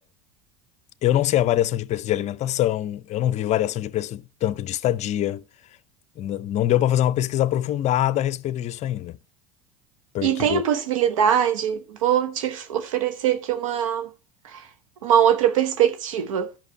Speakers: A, on the left (about 45°); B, on the right (about 80°).
A: eu não sei a variação de preço de alimentação, eu não vi variação de preço tanto de estadia. N- não deu pra fazer uma pesquisa aprofundada a respeito disso ainda. Porque.
B: E tem a possibilidade, vou te f- oferecer aqui uma, uma outra perspectiva.